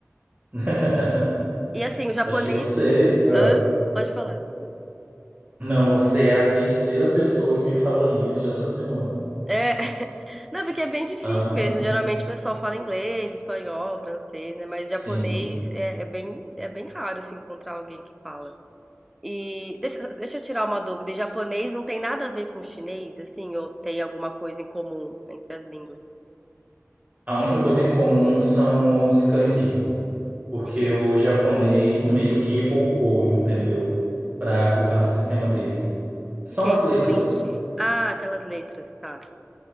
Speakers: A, on the right (about 35°); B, in the centre.
A: <laughs>
B: E assim, o japonês.
A: Acho que você. ah,
B: Hã? Pode falar. desculpa.
A: Não, você é a terceira pessoa que me fala isso essa semana.
B: É, <laughs> não, porque é bem difícil
A: Aham,
B: mesmo. Geralmente o pessoal fala inglês, espanhol, francês, né? Mas
A: sim.
B: japonês é, é bem, é bem raro assim, encontrar alguém que fala. E deixa, deixa eu tirar uma dúvida. E japonês não tem nada a ver com chinês, assim, ou tem alguma coisa em comum entre as línguas? O
A: A única coisa em comum são os kanji, porque
B: que que é
A: o
B: isso?
A: japonês meio que roubou, entendeu? Pra colocar no sistema deles.
B: O
A: São
B: que que é
A: as
B: isso?
A: letras.
B: Kanji. Ah, aquelas letras, tá.